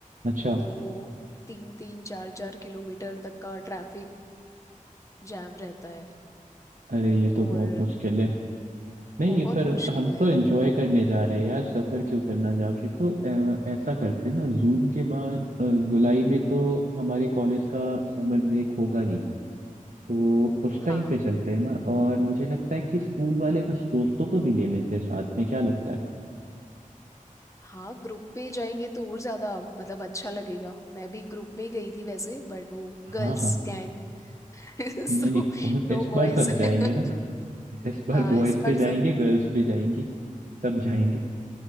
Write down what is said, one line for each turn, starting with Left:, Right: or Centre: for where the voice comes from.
Right: अच्छा
Left: तो तीन तीन चार चार किलोमीटर तक का ट्रैफिक जैम रहता है
Right: अरे ये
Left: और
Right: तो बहुत मुश्किल है नहीं
Left: बहुत
Right: पर
Left: मुश्किल
Right: हम
Left: है
Right: तो एंजॉय करने जा रहे हैं यार सफर क्यों करना जाके तो अ, ऐसा करते हैं ना जून के बाद अ, जुलाई में तो हमारे कॉलेज का समर ब्रेक होगा ही तो उस टाइम
Left: हाँ
Right: पे चलते हैं ना और मुझे लगता है कि स्कूल वाले कुछ दोस्तों को भी ले लेते हैं साथ में क्या लगता है
Left: हाँ ग्रुप में जाएंगे तो और ज्यादा मतलब अच्छा लगेगा मैं भी ग्रुप में ही गई थी वैसे बट वो
Right: हाँ
Left: गर्ल्स
Right: हाँ
Left: गैंग <laughs> सो
Right: नहीं नहीं
Left: नो
Right: इस
Left: बॉयज
Right: बार सब जाएंगे ना
Left: <laughs>
Right: <laughs> इस बार
Left: हाँ
Right: बॉयज
Left: इस बार
Right: भी जाएंगे
Left: सब
Right: गर्ल्स भी जाएंगी सब जाएंगे